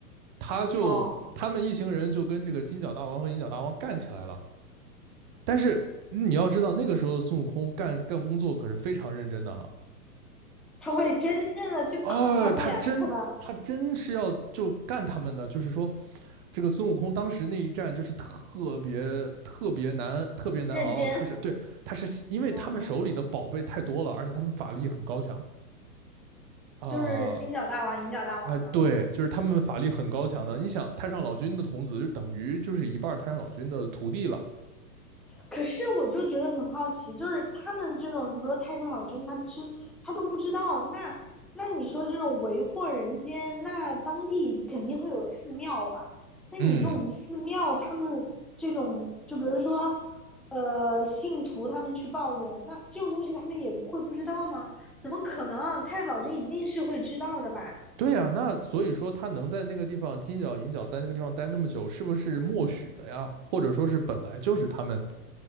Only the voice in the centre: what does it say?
哦，
他会真正的去打他们两个的，
认真。
哦，
就是金角大王、银角大王嘛。
可是我就觉得很好奇，就是他们这种，就比如说太上老君，他知他都不知道。那那你说这种为祸人间，那当地肯定会有寺庙吧？那你这种寺庙，
他们这种，就比如说，呃，信徒他们去抱怨，那这种东西他们也会不知道吗？怎么可能？太上老君一定是会知道的吧？